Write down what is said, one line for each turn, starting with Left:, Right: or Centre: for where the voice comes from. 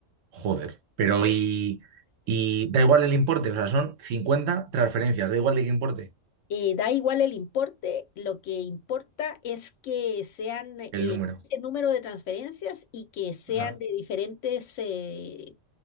Right: Joder, pero y, y da igual el importe, o sea, son 50 transferencias, da igual de qué importe
Left: Eh, da igual el importe, lo que importa es que sean eh,
Right: el número.
Left: ese número de transferencias y que sean
Right: Ah,
Left: de diferentes eh,